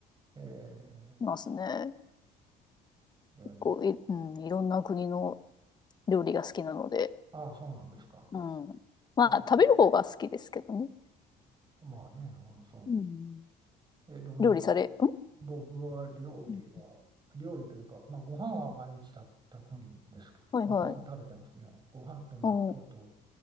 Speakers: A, on the right; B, on the left.
A: え
B: しますね。
A: ー、いや、
B: 結構い、
A: いい。
B: うん、いろんな国の料理が好きなので。
A: ああ、そうなんですか。
B: うん。まあ、
A: あー
B: 食べる方が好きですけどね。
A: まあね、あーそ
B: うん。
A: う。えーどんな
B: 料理され、ん
A: 僕は料理は、
B: うん
A: 料理というか、まあ、ご飯は毎日炊炊くんですけど、
B: はいはい。
A: ご飯を食べてますね。ご飯と納豆と、
B: おー、